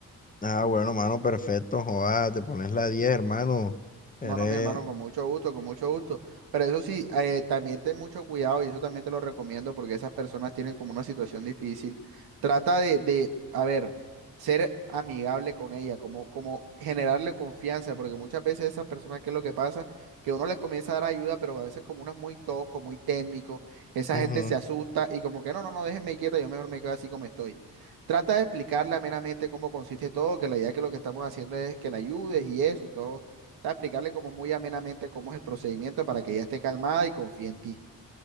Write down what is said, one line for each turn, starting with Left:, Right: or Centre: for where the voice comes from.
Left: Ah, bueno, hermano, perfecto, joda, te pones la 10, hermano, eres...
Right: No, no, mi hermano, con mucho gusto, con mucho gusto. Pero eso sí, eh, también ten mucho cuidado y eso también te lo recomiendo porque esas personas tienen como una situación difícil. Trata de, de, a ver, ser amigable con ella, como, como generarle confianza, porque muchas veces esas personas, ¿qué es lo que pasa? Que uno les comienza a dar ayuda, pero a veces como uno es muy tosco, muy técnico, esa
Left: ujú.
Right: gente se asusta y como que no, no, no, déjenme quieta, yo mejor me quedo así como estoy. Trata de explicarle amenamente cómo consiste todo, que la idea que lo que estamos haciendo es que la ayudes y eso y todo sea, explicarle como muy amenamente cómo es el procedimiento para que ella esté calmada y confíe en ti.